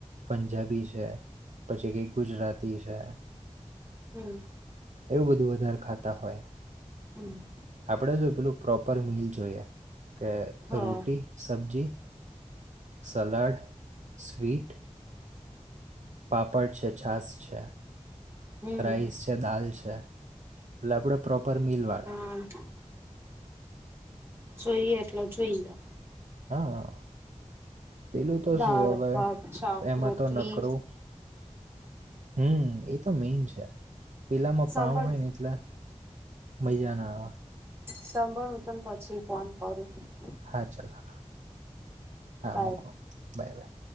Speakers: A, on the right; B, on the right.
A: પંજાબી છે પછી કઈ ગુજરાતી છે
B: હ મ...
A: એવું બધું વધારે ખાતા હોય.
B: હ મ...
A: આપણે શું પહેલું પ્રોપર મિલ જોઈએ. કે
B: હા
A: રોટી, સબ્જી, સલાડ, સ્વીટ. પાપડ છે, છાસ છે,
B: હમ
A: રાઈસ છે, દાળ છે. એટલે આપડે પ્રોપર મીલ વાળા.
B: હં જોઈએ એટલે જોઈએ.
A: હા અ. પેલું તો
B: દાળ
A: શું હવે?
B: ભાત શાક
A: એમાં
B: રોટલી
A: તો નકરું હમ એ તો મેૈન છે. પેલામાં પાંવ
B: સાંભળ
A: હોય ને એટલે. મજા ના આવે.
B: સાંભળ હું તને પછી ફોન કરું. ભળ તો
A: હા, ચાલ હા હા
B: બાય
A: મુકું બાય બાય.